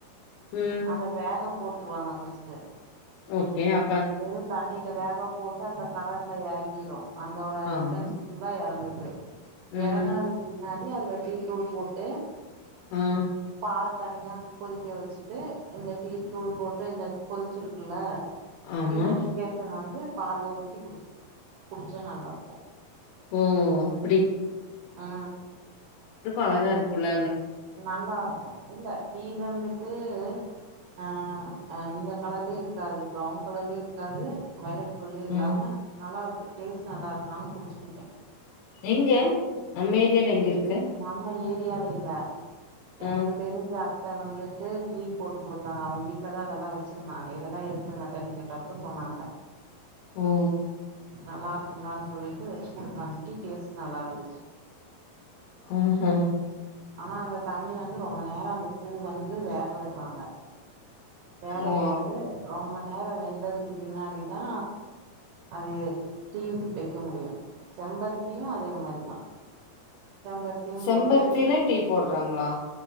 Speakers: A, on the left; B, on the right.
A: ம்.
B: அத வேக போட்ருவாங்க ஃபஸ்ட்டு
A: ஓகே அ
B: வெறு தண்ணில வேக போட்டு அந்த கலர்ல எறங்கிரு அதோட
A: ஆமா.
B: எசன்ஸ் புல்லா எறங்கு து
A: ம்.
B: எறங்கனதுக்கு பி ன்னாடி அதுல டீத்தூள் போட்டு
A: ம்
B: பால தனியா கொதிக்க வச்சுட்டு இந்த டீத்தூள் போட்டு இந்த கொதிச்சிருக்கில்ல
A: ஆமா.
B: இத டிக்காஷன் வந்து பால்ல ஊத்தி குடிச் குடிச்சா நல்லா இருக்கு
A: ஓ அப்டி
B: ஆ
A: அழகா இருக்குல்ல
B: நல்லா இருக்கு இல்ல டீ வந்துட்டு அ இந்த கலர்லயு இருக்காது ப்ரவுன் கலர்லயு இருக்காது வய்லட் ள்ள இல்லாம
A: ம்.
B: நல்லா இருக்கு டேஸ்ட் நல்லா இரு நானு குடிச்சிருக்கே
A: எங்க நம்ம ஏரியால எங்க இருக்கு
B: நம்ம ஏரியால இல்ல எனக்கு
A: ஆ.
B: தெரிஞ்சா த்த வந்துட்டு டீ போட்டு குடுத்தாங்க அவுங்க வீட்டுலதா அதெல்லா வச்சிருந்தாங்க இதெல்லா எதுக்குங்கத்தன்னு கேட்டப்ப சொன்னாங்க
A: ஓஓ
B: நல்லா இருக்கும்டான்னு சொல்லிட்டு வச்சு குடுத்தாங்க டீ டேஸ்டு நல்லா இருந்துச்சு
A: ஆஹு
B: ஆனா அந்த தண்ணி வந்து ரொம்ப நேரோ அந்த பூ வந்து வேக விடுறாங்க வேக
A: ஓ!
B: போட்டு ரொம்ப நேரோ வெந்ததுக்கு பின்னாடிதா அது டீ வெக்க முடியு செம்பருத்தியு அதே மாரிதா செம்பருத்தியு
A: செம்பருத்தில
B: போட்டு
A: டீ போடுறாங்ளா